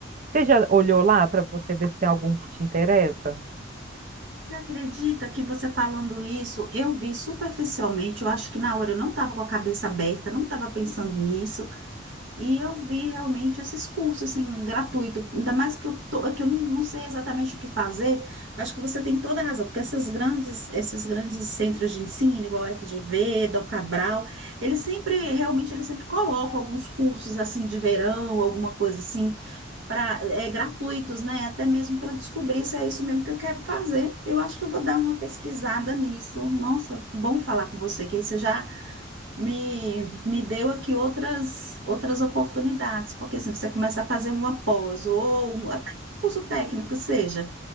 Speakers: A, on the right; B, on the right.
A: Você já olhou lá para você ver se tem algum que te interessa?
B: Você acredita que você falando isso, eu vi superficialmente, eu acho que na hora eu não estava com a cabeça aberta, não estava pensando nisso, e eu vi realmente esses cursos assim, gratuito, ainda mais que eu, tô, que eu não, não sei exatamente o que fazer, acho que você tem toda a razão, porque essas grandes, esses grandes centros de ensino, igual a FGV, Dom Cabral, eles sempre, realmente, eles sempre colocam alguns cursos assim de verão, alguma coisa assim, pra, é, gratuitos, né? Até mesmo para descobrir se é isso mesmo que eu quero fazer. Eu acho que eu vou dar uma pesquisada nisso. Nossa, que bom falar com você, que aí você já me, me deu aqui outras, outras oportunidades, porque assim, você começa a fazer uma pós ou um, até um curso técnico que seja,